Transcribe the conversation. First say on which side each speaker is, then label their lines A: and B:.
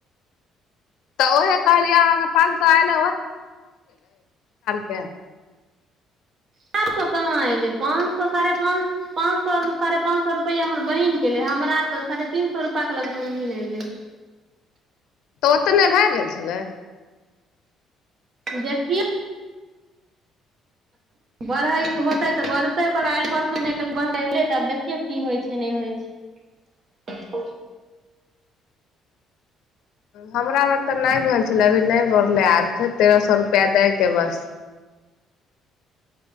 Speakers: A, on the left (about 75°); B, on the right (about 45°).
A: तऽ उहे कहलियै अहाँके पाँच सए आयल कए
B: चार सए कहाँ अयलै पाँच सए साढ़े पाँच पाँच सए साढ़े पाँच सए रुपैआ हमर बहीनके एलै हमरा तऽ साढ़े तीन सए रुपैआके लग बहीन अयलै
A: तऽ ओतने भए गेल छलै
B: देखियए बढ़ैके होतै तऽ बढ़तै पर आाल्हि परसूमे काल्हि बढ़ै एै तऽ आब देखियौ की होइ छै नहि होइ छै
A: हमरा बेर तऽ नहि भेल छलै अभी नहि बढ़लै आर छै तेरह सए रुपैआ दैके बस